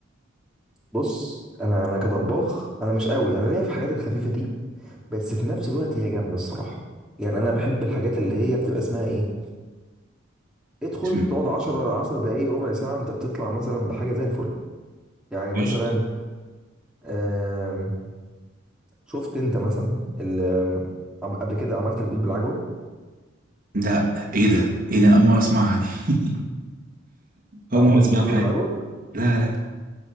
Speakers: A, in the centre; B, on the right.
A: بص انا انا كطباخ انا مش قوي انا ليا في الحاجات الخفيفه دي بس في نفس الوقت هي جامده الصراحه يعني انا بحب الحاجات اللي هي بتبقى اسمها ايه ادخل
B: اسمع.
A: بتقعد 10 10 دقائق ربع ساعه انت بتطلع مثلا بحاجه زي الفل يعني مثلا
B: إيش
A: آم، شفت انت مثلا ال- آم، قبل كده عملت البيض بالعجوه
B: ده إيه ده إيه ده أنا أول مرة أسمعها دي <laughs>
A: مع
B: أول
A: عمرك
B: مرة أسمعها
A: ما اكلت
B: في
A: البيض
B: حياتي
A: بالعجوه
B: لا لا